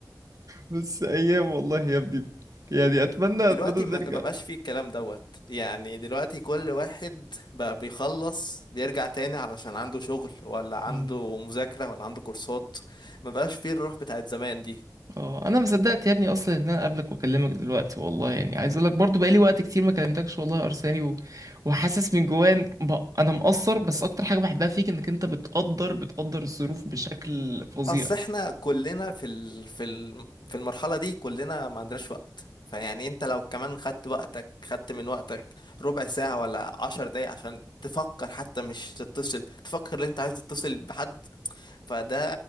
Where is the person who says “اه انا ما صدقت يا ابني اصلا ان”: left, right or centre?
Right